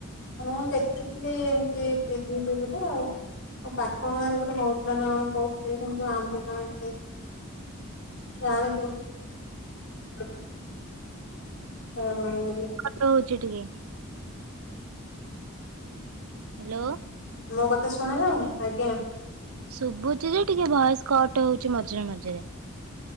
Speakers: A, on the left; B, on the right.
A: ମୁଁ ଦେଖିଥିଲି ଏମତି, ଟିଭି ଫିଭିରେ ଆଉ ଆଉ ପାଖ ଗାଁ ରେ ଗୋଟେ ହଉଥିଲାନା କଣ କହୁଥିଲେ କିନ୍ତୁ ଆମ ଗାଁରେ ଯେ <unintelligible> ବାଘର ଗଲେ
B: ଫଟ ହଉଚି ଟିକେ ହାଲୋ
A: ମୋ କଥା ଶୁଣାଯାଉନି? ଆଜ୍ଞା
B: ଶୁଭୁଚିଯେ ଟିକେ ଭଏସ୍ କଟ ହଉଚି, ମଝିରେ ମଝିରେ